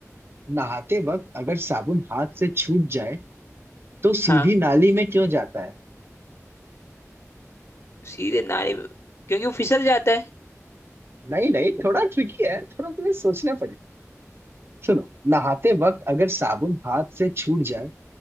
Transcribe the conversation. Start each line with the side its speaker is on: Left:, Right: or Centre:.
Right: नहाते वक्त अगर साबुन हाथ से छूट जाए तो सीधी
Left: हाँ
Right: नाली में क्यों जाता है
Left: सीधे नारे क्योंकि वो फिसल जाता है
Right: नहीं नहीं थोड़ा ट्रिकी है थोड़ा तुम्हें सोचना सुनो नहाते वक्त अगर साबुन हाथ से छूट जाए